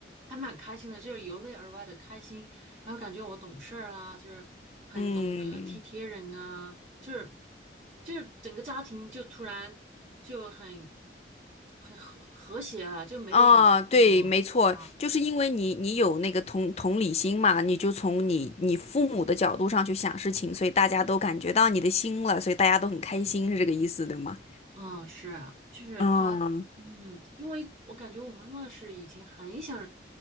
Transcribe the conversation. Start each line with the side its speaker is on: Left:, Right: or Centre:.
Right: 还蛮开心的，就是由内而外的开心，然后感觉我懂事儿啦，就是很懂得体贴人啊，
Left: 嗯。
Right: 就是就是整个家庭就突然就很很和和谐了，就没有以前那么啊，
Left: 啊，对，没错，就是因为你你有那个同同理心嘛，你就从你你父母的角度上去想事情，所以大家都感觉到你的心了，所以大家都很开心，是这个意思，对吗？
Right: 啊是，就是他，
Left: 嗯，
Right: 嗯，因为我感觉我妈妈是以前很想